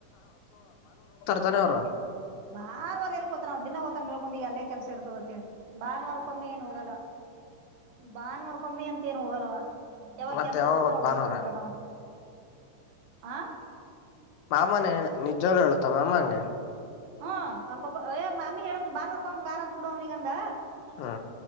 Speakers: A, on the left; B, on the right.
A: ತಾನೇ ಅವ್ರು
B: ಬಾರ್ುವಾರ ಎಲ್ಕೋತ ನವು ದಿನಾ ಹ್ತನ್ ಮೇಳ್ಕೊಂಡಿ ಎಲ್ಲೇ ಕೆಲಸ ಇರ್ತದ ಅಂತೇಳಿ ಭಾನುವಾರಕ್ಕೊಮ್ಮೆ ಏನ್ ಹೋಗಲ್ಲ ಬಾನವರ್ಕೊಮ್ಮಿ ಅಂತ ಏನ್ ಹೋಗಲ್ಲವ ಯಾವಾಗ
A: ಮತ್ತೆ
B: ಕೆಲ್ಸ ಇರದ
A: ಹೋದ್
B: ತಾವಾಗ
A: ಭಾನುವಾರ
B: ಹೋಗ್ತಿರ್ತಾರ ನಾವ್ ಆ
A: ಮಾಮ ನೇಣೆ ನಿಜ್ವಾಲ್ ಹೇಳುತ್ತಾ ಮಾಮಾ ಅಂಗೆ
B: ಹ್ಮ್ ಅವ್ರ್ ಪಪ್ಪು ಏ ಮಮ್ಮಿ ಹೇಳ್ದ್ ಬಾನವರ್ಕೊ ಕಾರ್ ಅಂತ ಕೊಡ ಅವ್ನಿಗಂದ
A: ಹಾ